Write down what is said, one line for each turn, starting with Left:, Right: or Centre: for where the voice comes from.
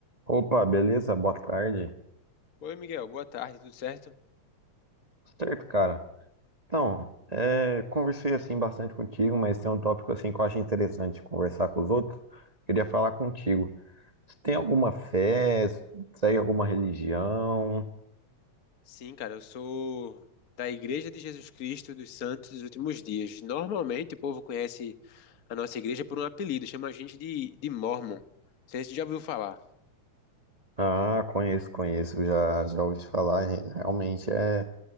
Right: Opa, beleza? Boa tarde.
Left: Oi, Miguel, boa tarde, tudo certo?
Right: Certo, cara. Então, é, conversei assim bastante contigo, mas tem um tópico assim que eu acho interessante conversar com os outros. Queria falar contigo. Você tem alguma fé? Segue alguma religião?
Left: Sim, cara, eu sou da Igreja de Jesus Cristo dos Santos dos Últimos Dias. Normalmente o povo conhece a nossa igreja por um apelido, chama a gente de, de Mormon. Não sei se você já ouviu falar.
Right: Ah, conheço, conheço. Já, já ouvi falar. Re- Realmente é,